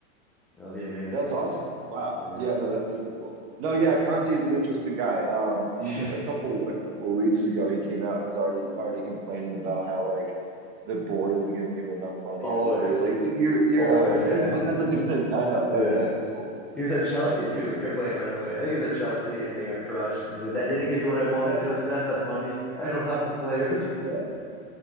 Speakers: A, in the centre; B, on the right.
A: that would be amazing.
B: That's awesome. Wow.
A: Yeah,
B: Yeah, no, that's super cool. No, yeah, Conte is an interesting guy. Um, he's
A: <laughs> Jeez.
B: a couple a couple of weeks ago he came out and was already already complaining about how like the board isn't giving him enough money
A: always,
B: or whatever. It's like, dude, you're you're
A: always,
B: a it's,
A: man.
B: but that's like his thing. I know that
A: Yeah,
B: that's his whole
A: he was at Chelsea
B: that's his
A: too.
B: whole
A: He complained
B: thing.
A: right away. I think he was at Chelsea and they got crushed. And he's like, they didn't give me what I wanted.
B: Yeah.
A: They don't spend enough money. I don't have the players.
B: Yeah.
A: <laughs>